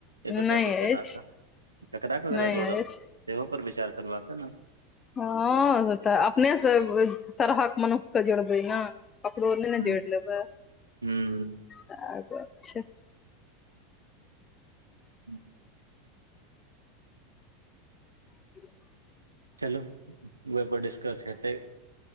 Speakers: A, on the right; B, on the left.
A: एकगोटा
B: नहि
A: केँ केला
B: अछि
A: सँ ककरा-ककरा
B: नहि
A: जोड़ब
B: अछि
A: सेहो पर विचार करबाक यऽ नऽ
B: हँ से तऽ अपने से तरहक मनुख कऽ जोड़बै नऽ ककड़ो नय नऽ
A: ह
B: जोइड़ लेबै
A: ह
B: सेह गप छै
A: हुँ
B: <inaudible>
A: चलू इहोपर डिस्कस हेतै